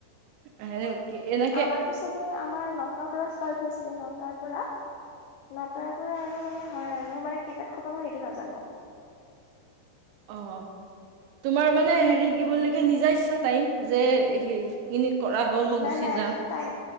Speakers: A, on the right; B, on the left.
A: <unintelligible>
B: আমাৰতো চাগে আমাৰ ন। নটাৰ পৰা ষ্টাৰ্ত হৈ চাগে নটাৰ পৰা। নটাৰ পৰা আৰু মানে। হয় মোৰ মানে কেইটাত খতম হয় সেইটো নাজানো।
A: অ তোমাৰ মানে হেৰি
B: উম
A: কি বুলিকে নিজা ইচ্ছা টাইম যে। খিনি কৰা হল। মই
B: নাই
A: গুচি
B: নাই
A: যাম
B: টাইম